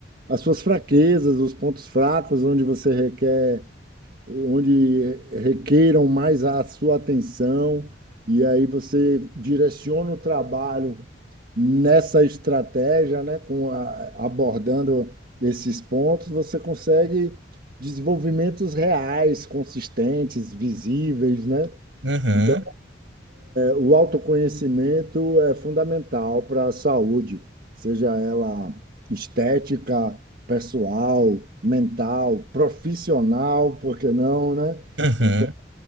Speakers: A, on the right; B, on the right.
A: as suas fraquezas, os pontos fracos onde você requer onde requeiram mais a sua atenção, e aí você direciona o trabalho nessa estratégia, né, com a- abordando esses pontos, você consegue desenvolvimentos reais, consistentes, visíveis, né?
B: Uhum,
A: Então,
B: uhum.
A: o autoconhecimento é fundamental para a saúde, seja ela estética, pessoal, mental, profissional, por que não, né?
B: <laughs>
A: Então,